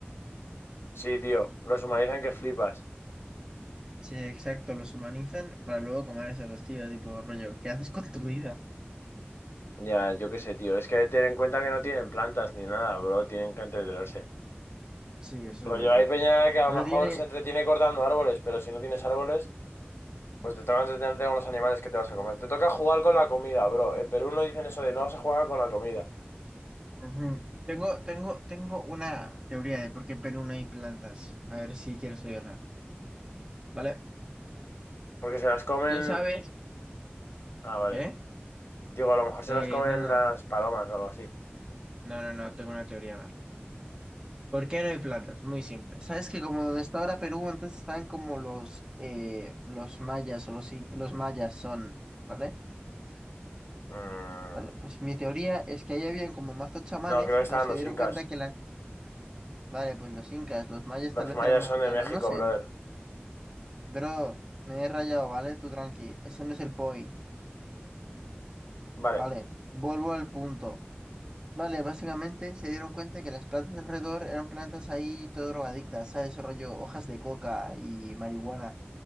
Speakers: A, on the left; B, on the right.
A: Sí, tío, los humanizan que flipas.
B: Sí, exacto, los humanizan para luego comérselos, tío, tipo rollo, ¿qué haces con tu vida?
A: Ya, yo qué sé, tío. Es que ten en cuenta que no tienen plantas ni nada, bro. Tienen que entretenerse.
B: Sí, eso
A: Rollo,
B: es verdad.
A: hay peña que a
B: No
A: lo mejor
B: tiene...
A: se entretiene cortando árboles, pero si no tienes árboles... Pues te toca entretenerte con los animales que te vas a comer. Te toca jugar con la comida, bro. En Perú no dicen eso de no se juega con la comida.
B: Ujú. Tengo, tengo, tengo una teoría de por qué en Perú no hay plantas. A ver si quieres oírla. ¿Vale?
A: Porque se las comen.
B: ¿Tú sabes
A: Ah, vale.
B: qué?
A: Digo, a lo mejor se
B: Eh,
A: las comen
B: no, no,
A: las palomas o algo así.
B: no, no, no, tengo una teoría, Mar. ¿Por qué no hay plantas? Muy simple. Sabes que como donde está ahora Perú, antes están como los, eh, los mayas o los, in- los mayas son, ¿vale?
A: Mm,
B: Vale, pues mi teoría es que ahí habían como mazos chamanes,
A: No, creo que
B: entonces
A: están
B: se
A: los
B: dieron
A: incas.
B: cuenta que las, vale, pues los incas, los mayas
A: Los
B: tal vez
A: mayas
B: eran mexicanos,
A: son de México,
B: no sé,
A: brother.
B: pero me he rayado, ¿vale? Tú tranqui, ese no es el point,
A: Vale,
B: ¿vale? Vuelvo al punto. Vale, básicamente se dieron cuenta que las plantas de alrededor eran plantas ahí todo drogadictas, ¿sabes? Rollo hojas de coca y marihuana.